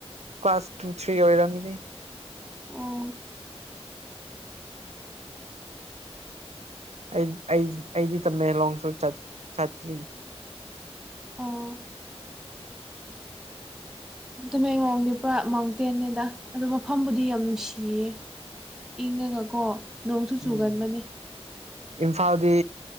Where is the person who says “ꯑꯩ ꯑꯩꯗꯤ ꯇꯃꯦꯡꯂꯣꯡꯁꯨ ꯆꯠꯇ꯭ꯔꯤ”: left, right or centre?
Right